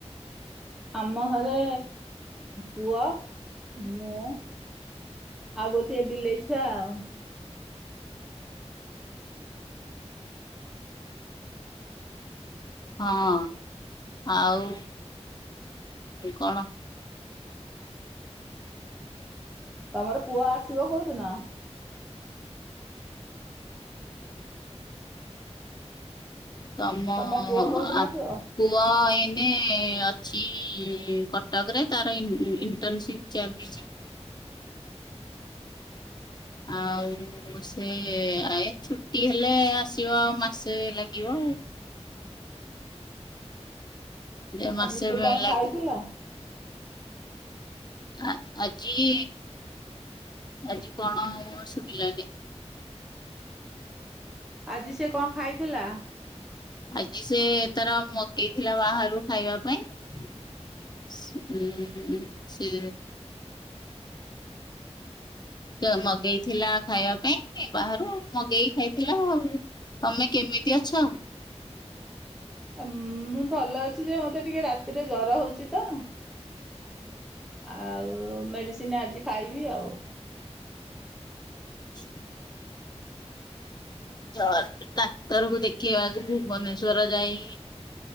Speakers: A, in the centre; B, on the left.
A: ଆମ ଘରେ ପୁଅ, ମୁଁ ଆଉ ଗୋଟିଏ ବିଲେଇ ଛୁଆ ଆଉ।
B: ହଁ, ଆଉ କଣ?
A: ତୋମର ପୁଅ ଆସିବ କୋଉଦିନ?
B: ତୋମ
A: ତମ ପୁଅ କୋଉଦିନ
B: ଆ
A: ଆସିବ?
B: ପୁଅ ଏଇନେ ଅଛି କଟକ ରେ, ତାର ଇନ୍- ଇ-ଇଣ୍ଟର୍ନସିପ୍ ଚାଲିଛି। ଆଉ ପୁଅ ସେ ଆଏ ଛୁଟି ହେଲେ ଆସିବ ଆଉ ମାସେ ଲାଗିବ। ଦି
A: ଆଜି
B: ମାସେ
A: ସିଏ
B: ବି
A: କଣ
B: ଲାଗେ।
A: ଖାଇଥିଲା?
B: ଆ, ଆଜି, ଆଜି କଣ ସୁଗିଲାନି।
A: ଆଜି ସିଏ କଣ ଖାଇଥିଲା?
B: ଆଜି ସେ, ତାର ମଗେଇ ଥିଲା ବାହାରୁ ଖାଇବା ପାଇଁ। <unintelligible> ସେ ସେ ମଗେଇ ଥିଲା ଖାଇବା ପାଇଁ, ବାହାରୁ ମଗେଇ ଖାଇଥିଲା ଆଉ। ତୋମେ କେମିତି ଅଛ?
A: ଅ, ମୁଁ, ଭଲ ଅଛି ଯେ ମୋତେ ଟିକେ ରାତିରେ ଜର ହଉଛି ତ। ଆଉ ମେଡ଼ିସିନ୍ ଆଜି ଖାଇବି ଆଉ।
B: <inaudible> ଝର୍ ଡାକ୍ତର କୁ ଦେଖେଇବା ଆଗକୁ ଭୁବନେଶ୍ଵର ଯାଇକି